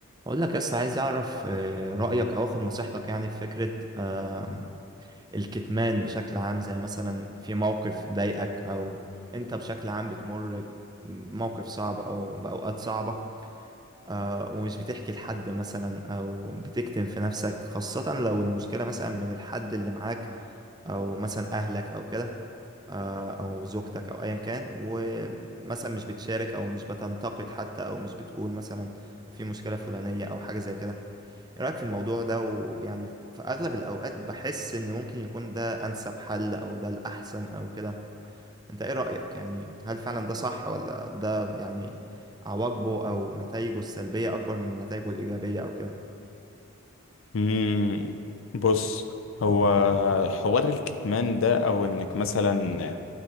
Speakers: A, on the right (about 20°); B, on the left (about 70°).
A: اقول لك بس عايز اعرف آه، رايك او اخد نصيحتك يعني في فكره آه، الكتمان بشكل عام زي مثلا في موقف ضايقك او انت بشكل عام بتمر بموقف صعب او باوقات صعبه آه، ومش بتحكي لحد مثلا او بتكتم في نفسك خاصه لو المشكله مثلا من الحد اللي معاك او مثلا اهلك او كده آه، او زوجتك او ايا كان ومثلا مش بتشارك او مش بتنتقد حتى او مش بتقول مثلا في مشكله فلانيه او حاجه زي كده ايه رأيك في الموضوع ده ويعني في اغلب الاوقات بحس ان ممكن يكون ده انسب حل او ده الاحسن او كده انت ايه رأيك يعني هل فعلا ده صح ولا ده يعني عواقبه او نتائجه السلبية اكبر من نتائجه الايجابية او كده
B: مم. بص هو حوار الكتمان ده او انك مثلا